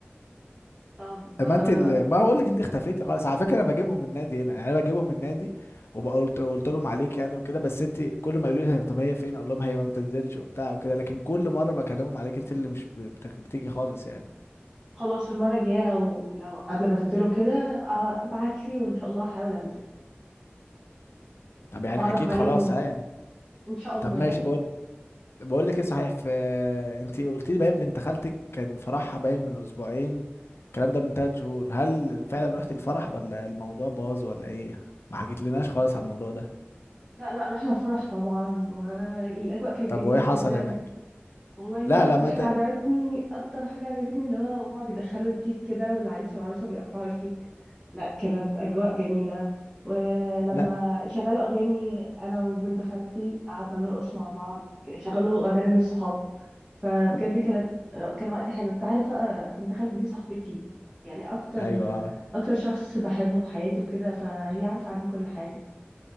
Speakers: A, in the centre; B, on the left.
A: طب آه،
B: ما انت ال... ما اقول لك انت اختفيتي خالص على فكره انا بجيبهم من النادي هنا يعني انا بجيبهم من النادي وقلت قلت لهم عليك يعني وكده بس انت كل ما يقولوا لي طب هي فين اقول لهم هي ما بتنزلش وبتاع وكده لكن كل مره بكلمهم عليك انت اللي مش ب- بت- بتيجي خالص يعني
A: خلاص المرة الجاية لو لو قبل ما تنزلوا كده ابقى ابعت لي وإن شاء الله هحاول أنزل
B: طب يعني
A: اتعرف
B: اكيد
A: عليهم
B: خلاص ها يعني
A: ان شاء الله
B: طب ماشي
A: يعني
B: بقول بقول لك ايه صحيح في انت قلت لي باين بنت خالتك كان فرحها باين من اسبوعين الكلام ده من ثلاث شهور هل فعلا رحت الفرح ولا الموضوع باظ ولا ايه ما حكيت لناش خالص عن الموضوع ده
A: لا لا رحنا الفرح طبعا والاجواء كانت
B: طب
A: جميله
B: وايه
A: جدا
B: حصل هناك
A: والله
B: لا لا
A: اكتر
B: ما
A: حاجه
B: ت...
A: عجبتني اكتر حاجه عجبتني اللي هو هما بيدخلوا الكيك كده والعريس والعروسه بيقطعوا الكيك لا كانت اجواء جميله ولما
B: لا
A: شغلوا اغاني انا وبنت خالتي قعدنا نرقص مع بعض شغلوا اغاني للصحاب فبجد كانت كان وقت حلو انت عارف بقى بنت خالتي دي صاحبتي يعني اكتر
B: ايوه
A: اكتر شخص بحبه في حياتي وكده فهي عارفه عني كل حاجه